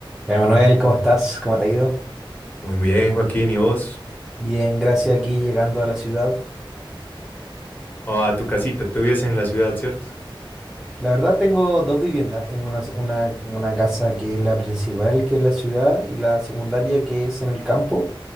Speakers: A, in the centre; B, on the left.
A: Ya, Manuel, ¿cómo estás? ¿Cómo te ha ido?
B: Muy bien, Joaquín, ¿y vos?
A: Bien, gracias aquí llegando a la ciudad.
B: Oh, a tu casita, tú vives en la ciudad, ¿cierto?
A: La verdad tengo dos viviendas. Tengo una, una, una casa que es la principal, que es la ciudad, y la secundaria que es en el campo,